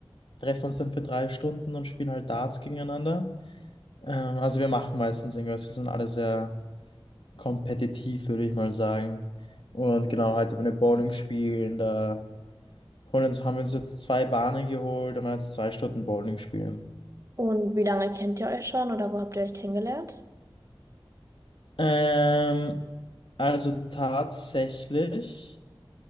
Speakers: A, on the left; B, on the right.
A: treffen uns dann für drei Stunden und spielen halt Darts gegeneinander. Ähm, also wir machen meistens irgendwas. Wir sind alle sehr kompetitiv, würde ich mal sagen. Und genau, heute wollen wir Bowling spielen. Da holen uns, haben wir uns jetzt zwei Bahnen geholt und wollen jetzt zwei Stunden Bowling spielen.
B: Und wie lange kennt ihr euch schon oder wo habt ihr euch kennengelernt?
A: Ähm, also tatsächlich.